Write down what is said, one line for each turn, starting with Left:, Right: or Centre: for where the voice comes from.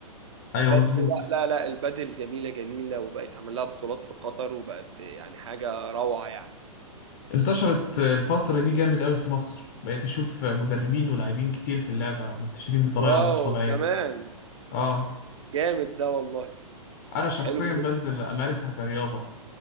Left: أيوة
Right: بس
Left: مظبوط
Right: لا لا لا البادل جميلة جميلة وبقت عمل لها بطولات في قطر وبقت يعني حاجة روعة يعني
Left: انتشرت الفترة دي جامد قوي في مصر بقيت أشوف مدربين ولاعبين كتير في اللعبة منتشرين بطريقة
Right: واو
Left: مش طبيعية
Right: كمان
Left: اه
Right: جامد ده والله
Left: أنا شخصيا
Right: حلو
Left: بنزل
Right: جدا
Left: أمارسها كرياضة